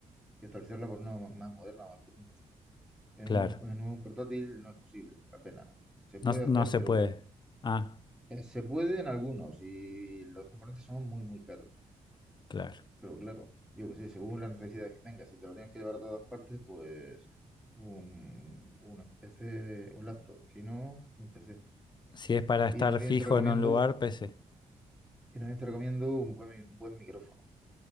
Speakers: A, in the centre; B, on the left.
A: y actualizarla por una ma- más moderna más potente. En
B: Claro.
A: un, en un portátil no es posible, apenas. Se puede
B: No,
A: hacer,
B: no se
A: pero
B: puede. Ah,
A: eh, se puede en algunos y los componentes son muy, muy caros.
B: claro.
A: Pero claro, yo que sé, según las necesidades que tengas, si te lo tienes que llevar a todas partes, pues un, un PC, de, un laptop, si no, un PC.
B: Si es para estar
A: Y también
B: fijo
A: te recomiendo,
B: en un lugar, PC.
A: y también te recomiendo un buen, mi- un buen micrófono.